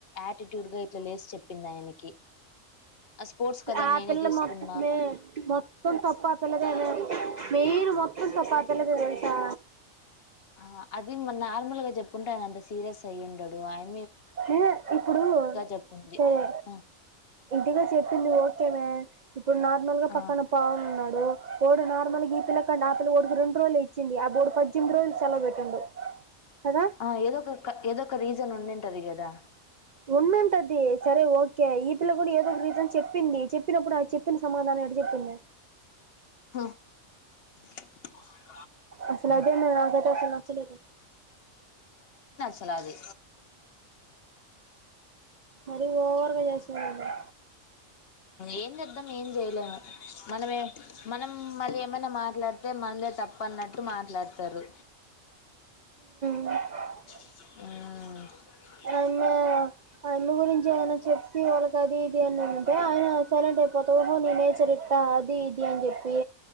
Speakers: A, on the left; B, on the right.
A: యాటిట్యూడ్ గ ఇట్ల లేసి చెప్పిందాయనకి ఆ స్పోర్ట్స్ కదా
B: ఆ
A: నేనే
B: పిల్ల
A: తీసుకుం
B: మొత్త మే మొత్తం తప్పు ఆ పిల్లదే మెయిన్ మొత్తం తప్పు ఆ పిల్లదే తెల్సా
A: ఆ అది నార్మల్గా అయి చెప్పుంటే ఆయనంత సీరియస్ అయి ఉండడు ఆయన
B: హే ఇప్పుడూ
A: చెప్పుంది
B: సరే
A: ఆ
B: ఇదిగా చెప్పింది ఓకే మే ఇప్పుడు నార్మల్ గా
A: ఆ
B: పక్కన పవన్ ఉన్నాడు వాడు నార్మల్ గా ఈ పిల్ల కంటే ఆ పిల్ల రెండు రోజులు ఇచ్చింది ఆ బోడు పద్దెనిమిది రోజులు సెలవు పెట్టిండు కదా
A: ఆ ఏదో ఒక ఏదో ఒక రీ జన్ ఉండింటది కదా
B: ఉండుంటది సరే ఓకే ఈ పిల్ల కూడా ఏదో ఒక రీజన్ చెప్పింది చెప్పినప్పుడు ఆ చెప్పిన సమాధానం ఎట చెప్పింది
A: <unintelligible>
B: అసలు అదేందే నాకైతే అస్సలు నచ్చలేదు
A: లాది
B: మరి ఓ చేసినారులే
A: ఏం చేద్దాం ఏం చేయలేము మనమే మనం మళ్ళీ ఏమైనా మాట్లాడితే మనదే తప్పు అన్నట్టు మాట్లాడతారు
B: <inaudible>
A: ఉ
B: అమ్మ ఆ అమ్మ గురించి ఏదైనా చెప్పి వాళ్ళకి అది ఇది అని అంటే ఆయన సైలెంట్ అయిపోతా ఓహో నీ నేచర్ అది ఇది అని చెప్పి